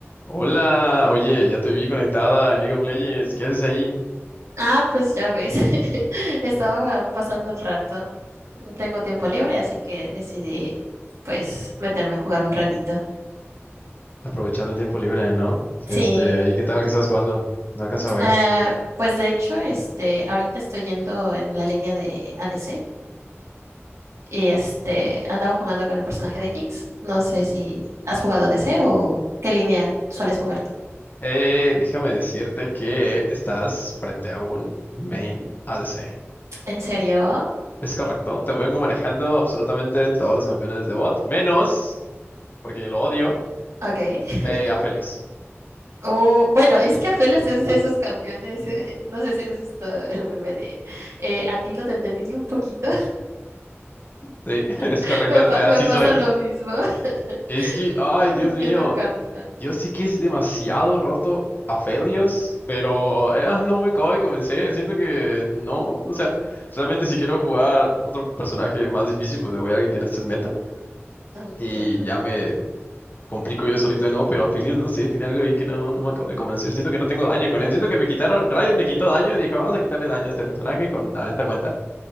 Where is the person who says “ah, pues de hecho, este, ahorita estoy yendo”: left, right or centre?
Right